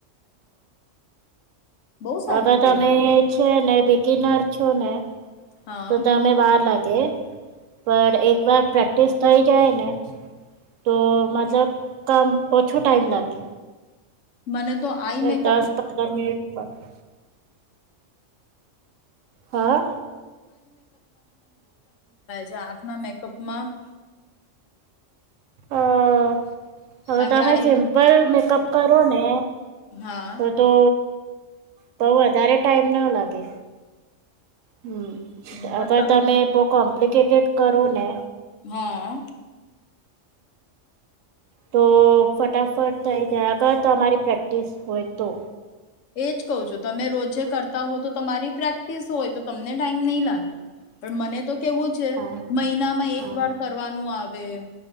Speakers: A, on the left (about 80°); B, on the right (about 85°).
A: બહુ સારું
B: હા. તો
A: કેહેવાય
B: તમે છે ને બિગીનર છો ને?
A: હા
B: તો તમે વાર લાગ ગે. પણ એક વાર પ્રેક્ટિસ થઈ જાય ને તો મતલબ કમ ઓછું ટાઈમ લાગે.
A: મને તો આઈ
B: હે,
A: મેકઅપ
B: દસ પંદર મિનિટ <unintelligible> હા?
A: તે આંખના મેકઅપમાં
B: અહ હવે
A: કારણ
B: તમે
A: કે આઈ
B: સિમ્પલ મેકઅપ કરો ને
A: હા
B: તો-તો બહું વધારે ટાઈમ ન લાગે. હમ્મ.
A: હમ, પણ
B: અગર તમે બોવ કોમ્પ્લિકેટ કેટ કરો ને
A: હા.
B: તો ફટાફ ફટ થઈ જાય અગર તમારી પ્રેક્ટિસ હોય તો.
A: એજ કહું છું, તમે રોજે કરતા હોવ તો તમારી પ્રેક્ટિસ હોય તો તમને ટાઈમ નહીં લાગે, પણ મને તો કેવું છે,
B: હા
A: મહિનામાં
B: હા
A: એક વાર કરવાનું આવે હવે